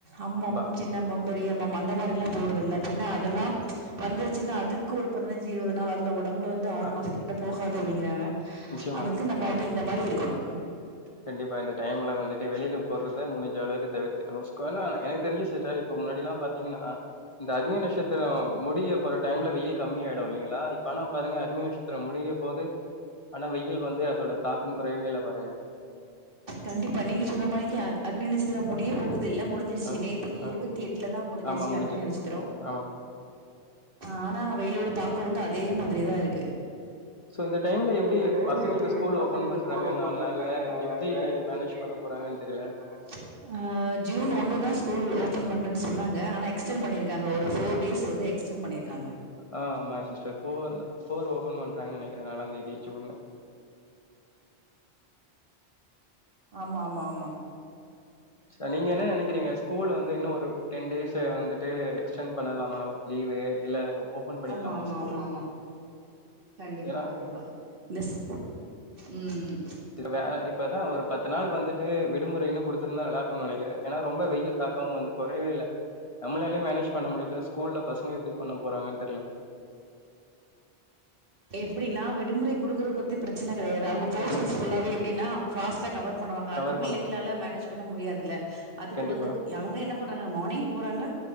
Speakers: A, on the right; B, on the left.
A: அம்மம்
B: பா
A: சின்னம்மம் பெரியம்மம் அந்த மாதிரிலா போடுதில்ல பின்ன அதெல்லாம் வந்துருச்சுனா அதுக்கு ஒரு பதினஞ்சு இருவது நாள் ஆதுல்ல உடம்புல வந்து ஆறு
B: பா
A: மாசத்துக்கிட்ட போகாது அப்படிங்கறாங்க
B: நிச்சயமா
A: அதுக்கு நம்ம வந்து இந்த மாரி இருக்கனு
B: கண்டிப்பா இந்த டைம்ல வந்துட்டு வெளியில போடுறத முடிஞ்ச அளவுக்கு தவிர்த்துக்கனும கோனா எனக் தெரிஞ்சு சில டைம் இப்ப முன்னாடில்லா பாத்தீங்கன்னா இந்த அக்னி நட்ஷத்திரோ முடியப்போற டைம்ல வெயில் கம்மியாயிடு இல்லங்களா இப்ப ஆனா பாருங்க அக்னிநட்ஷ த்திரம் முடிய போது ஆனா வெயில் வந்து அதோட தாக்கம் குறையவே இல்ல பாருங்க.
A: கண்டிப்பா நீங்க சொன்ன மானிக்கு அக்னிநச்சத்திரம் முடிய போகுதில்ல முடிஞ்சிருச்சு
B: அ
A: நேத்திக்கி
B: அ
A: இருவத்தி எட்டுல முடிஞ்சிருச்சு
B: ஆமா முடிஞ்சது.
A: அக்னி நச்சத்திரோ
B: ஆமா.
A: ஆனா வெயிலோட தாக்கோ வந்து அதே மாதிரி தா இருக்கு.
B: ஸோ இந்த டைம்ல எப்டி
A: சோ இந்த டைம்ல
B: பசங்களுக்கு
A: எப்டி
B: ஸ்கூல்
A: பசங்களுக்கு
B: ஓப்பன் பண்றாங்க
A: ஸ்கூல் ஓபன் பண்றாங்க
B: நாள்ல.
A: நாலு
B: எப்டி
A: நாள்ல
B: மேனேஜ்
A: எப்டி
B: பண்ண போறாங்கன்னு
A: நினச்
B: தெரியல.
A: ஆ ஜூன் ஒன்னுதா ஸ்கூல் ஓபன் பண்றேன் சொன்னாங்க ஆனா எக்ஸ்டன் பண்ணிருக்காங்க ஒரு ஃபோர் டேஸ் வந்து எக்ஸ்டன் பண்ணிருக்காங்க.
B: ஆமா சிஸ்டர் ஃபோர் ஃபோர் ஓபன் பண்றாங்கன் நினைக்கிறே நாலாந்தேதி ஜூன்
A: ஆமா ஆமா ஆமா.
B: ச நீங்க என்ன நினைக்கிறீங்க ஸ்கூல் வந்து இன்னு ஒரு டென் டேஸ்சு வந்துட்டு எக்ஸ்டெண்ட் பண்ணலாமா? லீவு இல்ல ஓபன் பண்ணிக்கலாமா
A: ஆமா ஆமா
B: ஸ்கூல்?
A: ஆமா ஆமா கண்டிப்பா
B: ஏன்னா
A: கண்டிப்பா மெஸ் ம் ம்
B: திருவே இப்பதா ஒரு பத்து நாள் வந்துட்டு விடுமுறைன்னு குடுத்துருந்தா நல்லா இருக்குன் நெனைக்கிறே ஏன்னா ரொம்ப வெயில். தாக்கம் வந்து குறயவே இல்ல நம்மளாலே மேனேஜ் பண்ண முடியல ஸ்கூல்ல பசங்க எப்டி பண்ண போறாங்கன் தெர்ல.
A: எப்டின்னா விடுமுறை குடுக்குது பத்தி பிரச்சன கிடையாது அவங்க போசன்ஸ்
B: ம்
A: ஃபுல்லாவே எப்டின்னா ஃபாஸ்ட்டா கவர் பண்ணுவாங்க
B: கவர்
A: அது பிள்ளைங்களால
B: பண்ணணு
A: மேனேஜ் பண்ண முடியாதுல்ல அதுக்கு
B: கண்டிப்பா
A: வந்துக் அவங்க என்ன பண்றாங்க மார்னிங் போறாங்க